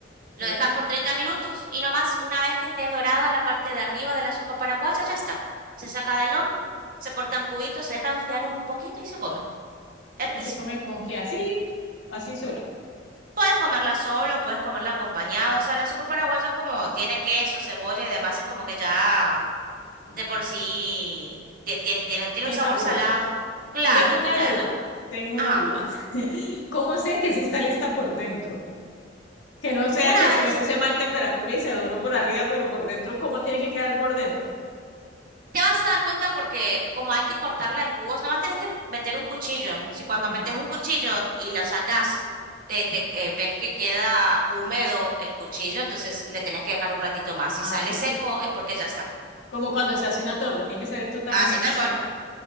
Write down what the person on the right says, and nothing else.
Lo
dejas por 30 minutos y nomás una vez que esté dorada la parte de arriba de la sopa paraguaya, ya está. Se saca del horno, se cortan cubitos, se deja enfriar un poquito y se come. Es riquísimo.
Puedes comerla solo, puedes comerla acompañado. O sea, la sopa paraguaya como tiene queso, cebolla y demás, es como que ya de
por
sí tie- tiene, tiene, un tiene
un sabor
salado. Claro,
claro.
Ajá.
Una
vez
Te vas a dar cuenta porque como hay que cortarla en cubos, nomás tienes que meter un cuchillo. Si cuando
metes un cuchillo y lo sacas, te, te- eh, ves que queda húmedo el cuchillo, entonces le tenés que dejar un ratito más. Si
sale
seco
es porque ya está.
Así, tal
cual.